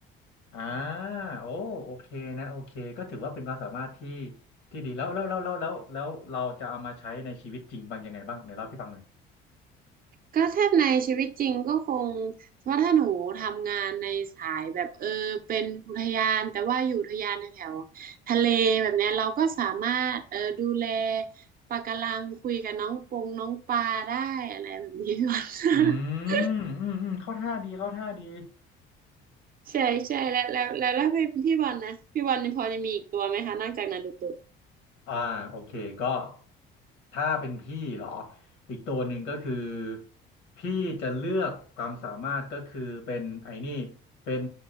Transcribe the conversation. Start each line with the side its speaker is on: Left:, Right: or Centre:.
Left: อ่าโอ้โอเคนะโอเค ก็ถือว่าเป็นความสามารถที่ที่ดีแล้วแล้วแล้วแล้วแล้วแล้วเราจะเอามาใช้ในชีวิตจริงบ้างยังไงบ้างไหนเล่าให้พี่ฟังหน่อย
Right: ก็ถ้าในชีวิตจริงก็คงเพราะถ้าหนูทำงานในสายแบบเออเป็นอุทยานแต่ว่าอยู่อุทยานแถวๆทะเลแบบเนี้ยเราก็สามารถเออดูแลปะการังคุยกับน้องปงน้องปลาได้อะไรแบบนี้ <laughs> พี่บอล
Left: อืม
Right: <laughs>
Left: อืมอืมเข้าท่าดีเข้าท่าดี
Right: ใช่ใช่แล้วแล้วแล้วแล้วพี่พี่บอลนะพี่บอลพอจะมีอีกตัวไหมคะนอกจากนารูโตะ
Left: อ่าโอเคก็ถ้าเป็นพี่เหรออีกตัวหนึ่งก็คือพี่จะเลือกความสามารถก็คือเป็นไอ้นี่เป็น